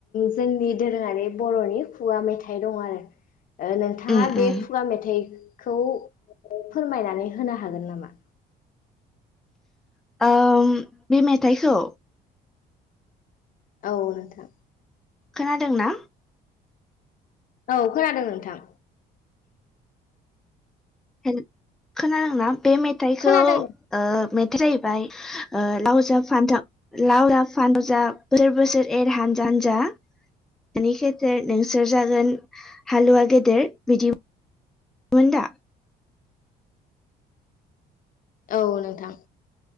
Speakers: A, on the left (about 55°); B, in the centre.
A: जोंनि दोरोङारि बरनि खुगा मेथाइ दं आरो ओ नोंथाङा
B: उम
A: बे
B: उम
A: खुगा मेथाइ खौ फोरमायनानै हो होनो हागोन नामा
B: ओ बे मेथाइखौ
A: औ नोंथां
B: खोनादों ना
A: औ खोनादों नोंथां
B: हेल खोनादों ना बे मेथाइखौ
A: खोनादों
B: ओ मेथाइया जाहैबाय ओ लाव जा फानथाव लाव जा फानथाव जा बोसोर बोसोर एर हानजा हानजा बिमानि खेथेर नोंसोर जागोन हालुआ गेदेर बिदिमोन दा
A: औ नोंथां